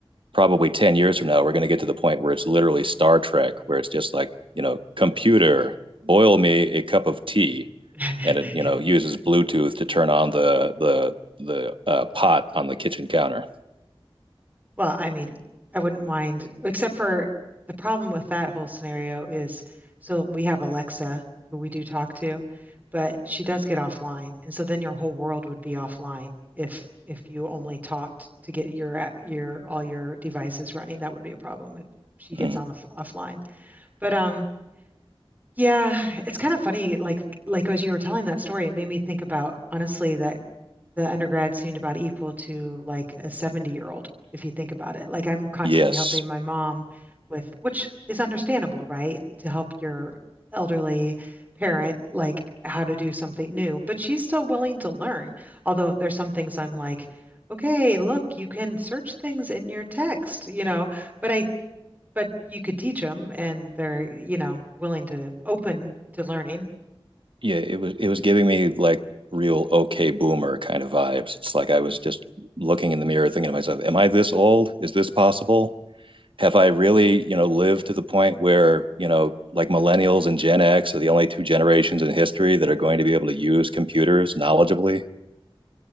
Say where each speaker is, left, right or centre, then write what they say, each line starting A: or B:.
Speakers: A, on the right; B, on the right.
A: probably 10 years from now we're going to get to the point where it's literally star trek where it's just like you know computer boil me a cup of tea
B: <laughs>
A: and it you know uses bluetooth to turn on the the the uh, pot on the kitchen counter
B: Well, I mean, I wouldn't mind, except for the problem with that whole scenario is so we have Alexa, who we do talk to, but she does get offline. And so then your whole world would be offline if if you only talked to get your a- your all your devices running. That would be a problem if she gets
A: mm.
B: on the f- offline. But um yeah, it's kind of funny like like as you were telling that story, it made me think about honestly that the undergrad seemed about equal to like a 70 year old, if you think about it. Like I'm constantly
A: yes
B: helping my mom with, which is understandable, right? To help your elderly parent, like how to do something new. But she's still willing to learn. Although there's some things I'm like, okay, look, you can search things in your text, you know, but I, but you can teach them and they're, you know, willing to open to learning. <laughs>
A: Yeah, it was it was giving me like real okay boomer kind of vibes. It's like I was just looking in the mirror thinking to myself, am I this old? Is this possible? Have I really, you know, lived to the point where, you know, like millennials and Gen X are the only two generations in history that are going to be able to use computers knowledgeably?